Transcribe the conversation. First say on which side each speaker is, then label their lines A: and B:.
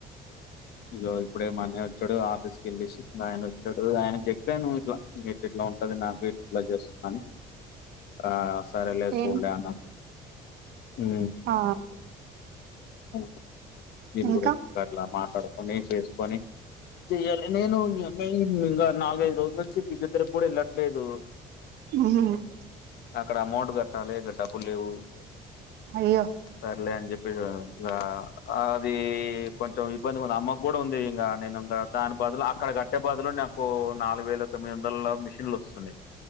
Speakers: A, on the left (about 70°); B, on the right (about 75°).
A: ఇగో ఇప్పుడే మా అన్నయ్య వచ్చాడు ఆఫీస్ కెళ్ళిసి ఆయన వచ్చాడు ఆయనకు అ నువ్వు ఇట్లా ఇట్ ఇట్లా ఉంటంది నాకు ఇట్ ఇట్లా చేస్తున్నాని ఆ సరేలే చూడలే
B: ఏం
A: అన్న ఊ
B: ఆ
A: ఉ హు దీని
B: ఇంకా
A: గురించి అట్లా మాట్లాడుకొని చేసుకొని చెయ్యాలి నేను ఇంగా నాలుగైదు రోజుల నుంచి ఫిజియోథెరపీ కూడా వెళ్ళట్లేదు
B: ఉ
A: అక్కడ అమౌంట్ కట్టాలి ఇక్కడ డబ్బులు లేవు
B: అయ్యో
A: సర్లే అని చెప్పి ఇంకా అది కొంచెం ఇబ్బంది ఉంది అమ్మ కూడా ఉంది ఇంకా నేను ఇంకా దాని బదులు అక్కడ ఇచ్చే బదులు నాకు నాలుగు వేల తొమ్మిది వందల మిషన్లు వస్తున్నాయి